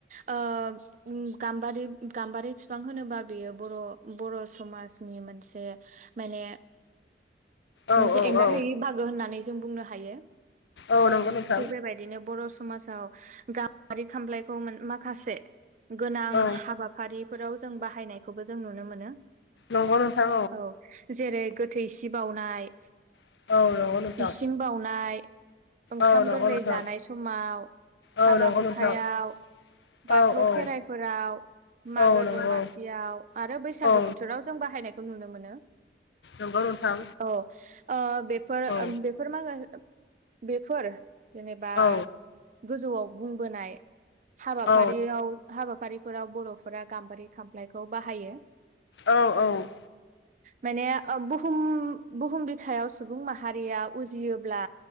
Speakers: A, on the right; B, on the left.
A: ओ गाम्बारि गाम्बारि फिफां होनोबा बियो बर' बर' समाजनि मोनसे मायने
B: औ
A: मोनसे
B: औ
A: एंगारहायि
B: औ
A: बाहागो होननानै जों बुनो हायो।
B: औ नंगौ नोंथां।
A: थिग बेबायदिनो बर' समाजाव गारि खामफ्लायखौ मोन माखासे गोनां
B: औ
A: हाबाफारिफोराव जों बाहायनायखौबो जों नुनो मोनो।
B: नंगौ नोंथां
A: औ जेरै गोथै सि बावउनाय
B: औ नंगौ नोंथां
A: इसिं बावनाय ओंखा
B: औ
A: खाम
B: नंगौ
A: गोरलै
B: नोंथां
A: जानाय समाव
B: औ
A: हाबा
B: नंगौ
A: हुखायाव
B: नोंथां
A: बाथौ
B: औ औ
A: खेराइफोराव मागो
B: औ नंगौ
A: दमासियाव आरो बैसागु
B: औ
A: बोथोराव जों बाहायनाय खौ नुनो मोनो
B: नंगौ नोंथां
A: औ ओ बेफोर
B: औ
A: ओ बेफोर मागा बेफोर जेनेबा
B: औ
A: गोजौआव बुंबोनाय हाबाफारियाव
B: औ
A: हाबा फारिफोराव बर'फोरा गाम्बारि खामफ्लायखौ बाहायो।
B: औ औ।
A: माने ओ बुहुम बुहुम बिखायाव सुबुं माहारिया उजियोब्ला